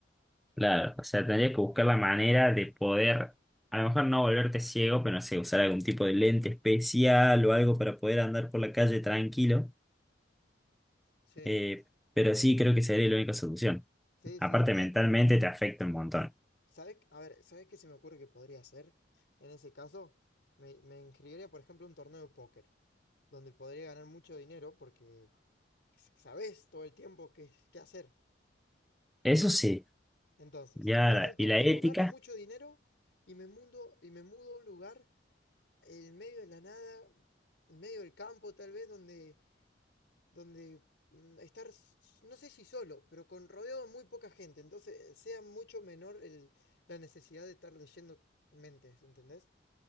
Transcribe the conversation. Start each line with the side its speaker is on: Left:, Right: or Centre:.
Centre: Claro, o sea, tendrías que buscar la manera de poder, a lo mejor no volverte ciego, pero no sé, usar algún tipo de lente especial o algo para poder andar por la calle tranquilo.
Left: Sí.
Centre: Eh, pero sí, creo que sería la única solución.
Left: Sí,
Centre: Aparte,
Left: sí.
Centre: mentalmente te afecta un montón.
Left: ¿Sabes? A ver, ¿sabes qué se me ocurre que podría hacer? En ese caso, me, me inscribiría, por ejemplo, a un torneo de póker, donde podría ganar mucho dinero porque s- sabes todo el tiempo qué, qué hacer.
Centre: Eso sí,
Left: Entonces,
Centre: ya,
Left: gano
Centre: la-
Left: el torneo,
Centre: ¿y la ética?
Left: gano mucho dinero y me mudo, y me mudo a un lugar en medio de la nada, en medio del campo tal vez, donde, donde mm, estar, s- s- no sé si solo, pero con rodeado de muy poca gente. Entonces, sea mucho menor el- la necesidad de estar leyendo mentes, ¿entendés?